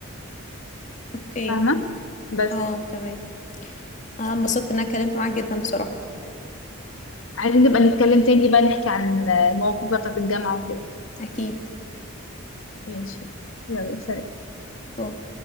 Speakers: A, on the left (about 35°); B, on the left (about 70°).
A: اوكي
B: فاهمة بس
A: اه تمام انا انبسطت ان انا اتكلمت معاك جدا بصراحة
B: عايزين نبقى نتكلم تاني بقى نحكي عن المواقف بقى بتاعت الجامعة وكده
A: اكيد
B: ماشي يلا سلام
A: باي.